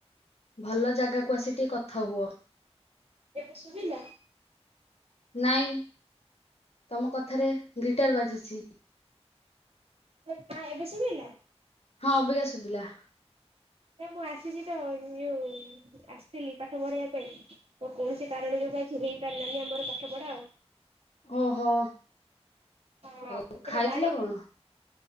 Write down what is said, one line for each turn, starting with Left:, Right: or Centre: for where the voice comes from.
Left: ଭଲ ଜାଗାକୁ ଆସି ଟିକେ କଥା ହୁଅ।
Right: ଏବେ ସୁବିଲା।
Left: ନାଇଁ ତମ କଥାରେ ଗିଟାର ବାଜୁଛି।
Right: ନା ଏବେ ଶୁଭିଲା।
Left: ହଁ ଅବିକା ଶୁଭିଲା।
Right: ଏବେ ମୁଁ ଆସିଛି ତ ୟେ ଆସିଥିଲି ପାଠ ପଢେଇବା ପାଇଁ। ଆଉ କୌଣସି କାରଣ ଯୋଗୁ ଆଜି ହେଇପାରିଲାନି ଆମର ପାଠ ପଢା ଆଉ।
Left: ଓହୋ।
Right: <unintelligible>
Left: ଆଉ
Right: ମୁଁ ସେଇ
Left: ଖାଇଥିଲ କଣ?
Right: ଚା